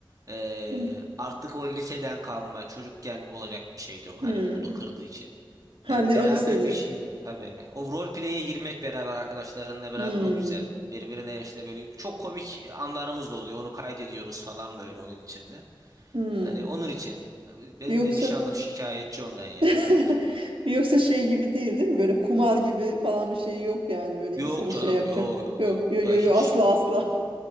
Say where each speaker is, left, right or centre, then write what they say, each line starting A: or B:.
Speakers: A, on the right; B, on the right.
A: e,
B: hı.
A: artık o liseden kalma çocukken olacak bir şeydi o.
B: Hmm.
A: Hani vurdu kırdı için.
B: Hani
A: Yani beraber
B: o lisedeyken.
A: bir şeyin tabii. O role play'e girmek beraber arkadaşlarınla beraber
B: Hmm.
A: o güzel. Birbirine işte böyle çok komik anlarımız da oluyor. Onu kaydediyoruz falan böyle oyun içinde.
B: Hmm.
A: Hani onun için abi benim
B: Yoksa
A: de nişanlım şikayetçi ondan yani.
B: <laughs> Yoksa şey gibi değil değil mi? Böyle kumar gibi falan bir şey yok yani böyle
A: Yok
B: insanı
A: canım
B: şey yapacak.
A: yok yok
B: Yok
A: yok.
B: yok
A: Ya
B: yok
A: hiç
B: yo, asla asla.